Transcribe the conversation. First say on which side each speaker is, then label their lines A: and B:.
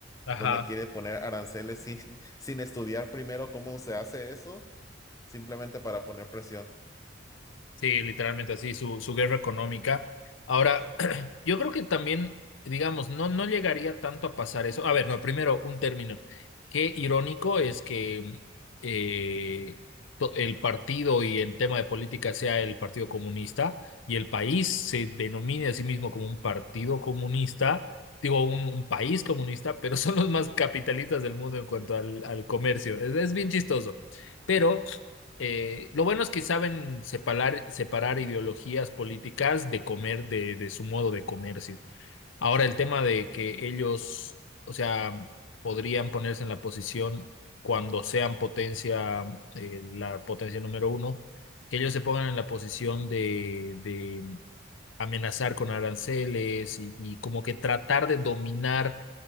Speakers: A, on the left; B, on the left.
A: Ajá.
B: donde quiere poner aranceles sin, sin estudiar primero cómo se hace eso, simplemente para poner presión.
A: Sí, literalmente así, su, su guerra económica. Ahora, <clears throat> yo creo que también, digamos, no, no llegaría tanto a pasar eso. A ver, no, primero, un término. Qué irónico es que mm, eh, to- el partido y en tema de política sea el Partido Comunista y el país se denomine a sí mismo como un partido comunista, digo, un, un país comunista, pero <laughs> son los más capitalistas del mundo en cuanto al, al comercio. es es bien chistoso. Pero... Eh, lo bueno es que saben separar, separar ideologías políticas de comer, de, de su modo de comercio. Ahora, el tema de que ellos, o sea, podrían ponerse en la posición cuando sean potencia, eh, la potencia número uno, que ellos se pongan en la posición de, de amenazar con aranceles y, y como que tratar de dominar